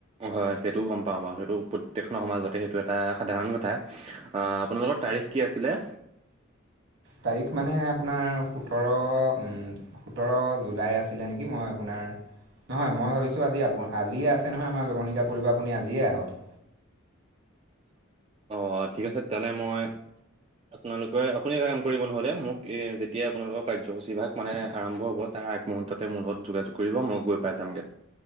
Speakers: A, on the right; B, on the right.
A: হয় সেইটোও গম পাওঁ বাৰু। সেইটো প্ৰত্যেকখন সমাজতে সেইটো এটা সাধাৰণ কথা। আ আপোনালোকৰ তাৰিখ কি আছিলে?
B: তাৰিখ মানে আপোনাৰ সোতৰ উম সোতৰ জুলাই আছিলে নেকি? মই আপোনাৰ নহয় মই ভাবিছোঁ আজি আ আজিয়ে আছে নহয় আমাৰ যৱনিকা পৰিব আপুনি আজিয়ে আহক।
A: অ ঠিক আছে তেনে মই আপোনালোকে আপুনি এটা কাম কৰিব নহ'লে মোক এ যেতিয়াই আপোনালোকৰ কাৰ্যসূচী ভাগ মানে আৰম্ভ হ'ব তাৰ আগ মুহূৰ্ততে মোৰ লগত যোগাযোগ কৰিব মই গৈ পাই যামগে।